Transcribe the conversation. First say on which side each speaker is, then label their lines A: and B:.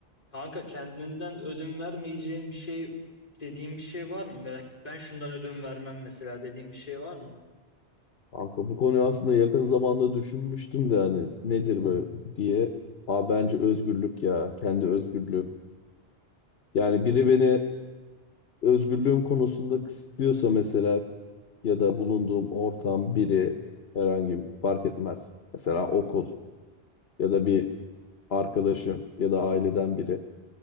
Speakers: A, on the left; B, on the left.
A: Kanka kendinden ödün vermeyeceğin bir şey dediğin bir şey var mı? Ben, ben şundan ödün vermem mesela dediğin bir şey var mı?
B: Kanka bu konuyu aslında yakın zamanda düşünmüştüm de hani nedir böyle diye. Aa bence özgürlük ya. Kendi özgürlüğüm. Yani biri beni özgürlüğüm konusunda kısıtlıyorsa mesela ya da bulunduğum ortam biri herhangi bir fark etmez. Mesela okul ya da bir arkadaşım ya da aileden biri.